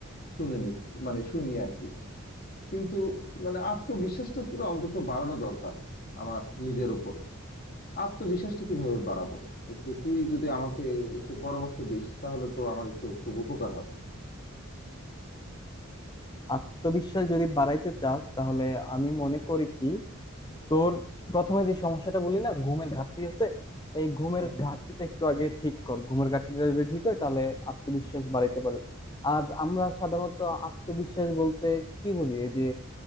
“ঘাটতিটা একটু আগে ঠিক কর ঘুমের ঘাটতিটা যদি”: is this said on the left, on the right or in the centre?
Left